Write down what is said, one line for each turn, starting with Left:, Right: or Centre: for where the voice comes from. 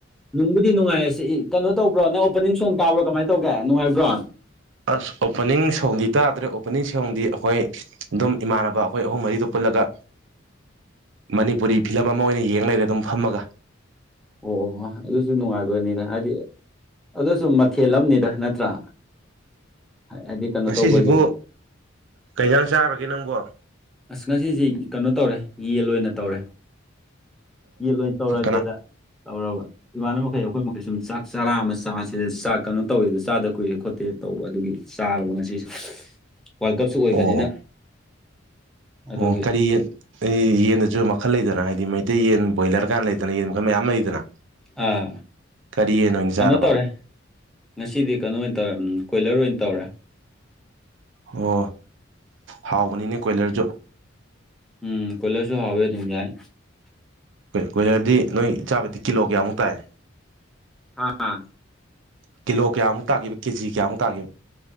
Centre: ꯅꯨꯡꯕꯨꯗꯤ ꯅꯨꯡꯉꯥꯏ ꯁꯤ ꯏ ꯀꯩꯅꯣ ꯇꯧꯕ꯭ꯔꯣ ꯅꯪ ꯑꯣꯄꯅꯤꯡ ꯁꯣꯡ ꯇꯥꯕ꯭ꯔꯣ ꯀꯃꯥꯏꯅ ꯇꯧꯒꯦ ꯅꯨꯡꯉꯥꯏꯕ꯭ꯔꯣ
Right: ꯑꯁ ꯑꯣꯄꯅꯤꯡ ꯁꯣꯡꯗꯤ ꯇꯥꯗ꯭ꯔꯦ ꯑꯣꯄꯅꯤꯡ ꯁꯣꯡꯗꯤ ꯑꯩꯈꯣꯏ ꯑꯗꯨꯝ ꯏꯃꯥꯟꯅꯕ ꯑꯩꯈꯣꯏ ꯑꯍꯨꯝ ꯃꯔꯤꯗꯣ ꯄꯨꯜꯂꯒ ꯃꯅꯤꯄꯨꯔꯤ ꯐꯤꯂꯝ ꯑꯃ ꯑꯣꯏꯅ ꯌꯦꯡ ꯆ ꯂꯩꯩꯔꯦ ꯑꯗꯨꯝ ꯐꯝꯃꯒ
Centre: ꯑꯣ ꯑꯗꯨꯁꯨ ꯅꯨꯡꯉꯥꯏꯕꯅꯤꯗ ꯍꯥꯏꯗꯤ ꯑꯗꯨꯁꯨ ꯃꯊꯦꯜ ꯑꯃꯅꯤꯗ ꯅꯠꯇ꯭ꯔꯥ ꯍꯥꯏꯗꯤ ꯀꯩꯅꯣ
Right: ꯉꯁꯤꯁꯤꯕꯨ
Centre: ꯇꯧꯕꯒꯤ
Right: ꯀꯩꯖꯥꯡ ꯆꯥ ꯀꯦ ꯅꯪꯕꯣ
Centre: ꯑꯁ ꯉꯁꯤꯁꯦ ꯀꯩꯅꯣ ꯇꯧꯔꯦ ꯌꯦꯟ ꯑꯣꯏꯅ ꯇꯧꯔꯦ ꯌꯦꯠ ꯂꯣꯏ ꯇꯧꯔꯒꯦꯗ
Right: ꯀꯅꯥ
Centre: ꯇꯧꯔꯕ ꯏꯃꯥꯟꯅꯕ ꯃꯈꯩ ꯑꯩꯈꯣꯏ ꯃꯈꯩ ꯁꯨꯝ ꯆꯥꯛ ꯆꯥꯔꯥ ꯑꯃ ꯆꯥꯁꯤꯗ ꯆꯥꯛ ꯀꯩꯅꯣ ꯇꯧꯋꯦꯗ ꯆꯥꯗ ꯀꯨꯏꯔꯦ ꯈꯣꯠꯇꯦ ꯇꯧꯕ ꯑꯗꯨꯒꯤ ꯆꯥꯔꯕ ꯉꯁꯤꯁꯦ ꯋꯥꯔꯜ ꯀꯞꯁꯨ ꯑꯣꯏꯕꯅꯤꯅ
Right: ꯑꯣ
Centre: ꯑꯗꯨꯒꯤ
Right: ꯑꯣ ꯀꯔꯤ ꯌꯦꯟꯗꯁꯨ ꯃꯈꯜ ꯂꯩꯗꯅ ꯍꯥꯏ ꯑꯗꯤ ꯃꯩꯇꯩ ꯌꯦꯟ ꯕꯣꯏꯂꯔ ꯀꯥꯟ ꯂꯩꯇꯅ ꯌꯦꯟ ꯃꯈꯜ ꯃꯌꯥꯝ ꯂꯩꯗꯅ
Centre: ꯑꯥ
Right: ꯀꯔꯤ ꯌꯦꯟ ꯑꯣꯏꯅ
Centre: ꯀꯩꯅꯣ
Right: ꯆꯥꯔꯕ
Centre: ꯇꯧꯔꯦ ꯉꯁꯤꯗꯤ ꯀꯩꯅꯣ ꯑꯣꯏꯅ ꯇꯧꯔꯦ ꯀꯣꯏꯂꯔ ꯑꯣꯏꯅ ꯇꯧꯔꯦ
Right: ꯑꯣ ꯍꯥꯎꯕꯅꯤꯅꯦ ꯀꯣꯏꯂꯔꯁꯨ
Centre: ꯎꯝ ꯀꯣꯏꯂꯔꯁꯨ ꯍꯥꯎꯏ ꯑꯗꯨꯝ ꯌꯥꯏ
Right: ꯀꯣꯏꯂꯔꯗꯤ ꯅꯣꯏ ꯆꯥꯕꯗꯤ ꯀꯤꯂꯣ ꯀꯌꯥꯃꯨꯛ ꯇꯥꯏ
Centre: ꯑꯥ
Right: ꯀꯤꯂꯣ ꯀꯌꯥꯃꯨꯛ ꯇꯥꯈꯤꯕ ꯀꯦꯖꯤ ꯀꯌꯥꯃꯨꯛ ꯇꯥ